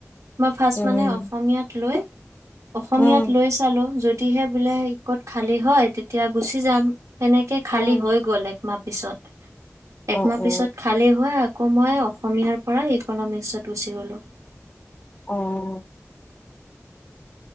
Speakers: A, on the right (about 85°); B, on the left (about 35°).
A: মই ফাৰ্ষ্ট
B: উম
A: মানে অসমীয়াত লৈ অসমীয়াত
B: উম
A: লৈ চালো যদ টিহে বোলে ই কত খালী হয় তেতিয়া গুচি যাম। সেনেকে খালী
B: উম,
A: হৈ গ'ল একমাত্ৰ পিছত একমাহ
B: অ
A: পিছত
B: অ
A: খালে হো আক আকৌ মই অসমীয়াৰ পৰা ইকনমিক্সত গুচি গ'লোঁ।
B: অ',